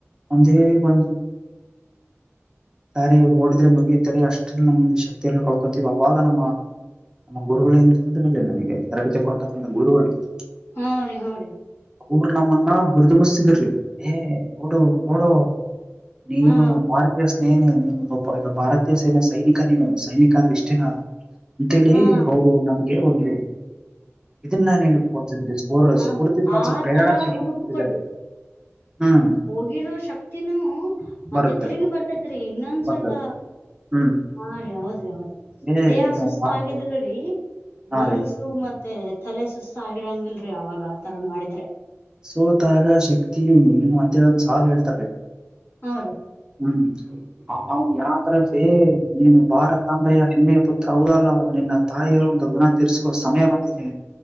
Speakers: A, on the right; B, on the left.
A: ಒಂದೇ ಒಂದು ಸರಿ ಓಡಿದ್ರೆ ಮುಗಿಯುತ್ತಾರೆ ಅಷ್ಟಲ್ಲಿ ನಮ್ದ ಶಕ್ತಿಯ ಎಲ್ಲ ಕಳ್ಕೊಳ್ತೀವಿ ಅವಾಗ ನಮ್ಮ ನಮ್ಮ ಗುರುಗಳನತಿದ್ರಲ್ಲೇ ನಮಿಗೆ ತರಬೇತಿ ಕೊಡ್ತಕ್ಕಂಥ ಗುರುಗಳು <unintelligible>
B: ಹಾ ರೀ ಹಾ ರೀ
A: ಅವ್ರು ನಮ್ಮನ್ನ ಉರಿದುಂಬುಸ್ತಿರುರಿ ಏ ಓಡು ಓಡೋ ನೀನು
B: ಹಾ
A: ಮಾರ್ತಿಷ್ಟ ನೇನೆ ನೀನು ಒಬ್ಬ ಈಗ ಭಾರತೀಯ ಸೇನೆ ಸೈನಿಕ ನೀನು ಸೈನಿಕ ಅಂದ್ರೆ ಇಷ್ಟೇನ ಅಂತೇಳಿ
B: ಹಾ
A: ಅವರು ನಮ್ಗೆ ಒಂದು <unintelligible> ಇದನ್ನ ನಿನಗ ಕೊ ಸ್ಪೊ
B: ಹ
A: ಸ್ಫೂರ್ತಿ ಮತ್ತು
B: ಆತರ
A: ಪ್ರೇರಣಾ ಶಕ್ತಿ
B: ಹುರುಪು
A: ಕೊತರಿ <unintelligible> ಹ್ಮ್
B: ಆಗಿರೋ ಶಕ್ತಿನೂ ಮತ್ತೆ
A: ಬರುತ್ತಾರೆ
B: ತಿರುಗಿ ಬರ್ತೈತ್ರಿ ಇನ್ನೊಂದ್ ಸ್ವಲ್ಪ
A: ಬರ್ತದೆ ಹ್ಮ್
B: ಹ ರೀ ಹೌದ್ರಿ ಹೌದ್ರಿ
A: ಏ
B: ದೇಹ
A: ನೀನು
B: ಸುಸ್ತ
A: ಹಾ
B: ಆಗಿದ್ರರಿ ಮನ್ಸು
A: ರೀ
B: ಮ ಮತ್ತೆ ತಲೆ ಸುಸ್ತ ಆಗಿರಂಗಿಲ್ರರಿ ಅವಗ ಆತರ ಮಾಡಿದ್ರೆ.
A: ಸೋತಾಗ ಶಕ್ತಿ ನೀ ನೀ ಅಂತೇಳ ಒಂದ್ ಸಾಲ ಹೇಳ್ತಾರೀ.
B: ಹಾ ರೀ
A: <unintelligible> ಹ್ಮ್ ಅವ್ರು ಯತರ್ದೇ ನೀನು ಭಾರತಾಂಬೆಯ ಹೆಮ್ಮೆಯ ಪುತ್ರ ಹೌದಲ್ಲವ ನಿನ್ನ ತಾಯಿಯ ಒಂದು ಋಣ ತಿರಿಸುವ ಸಮಯ ಬಂದಿದೆ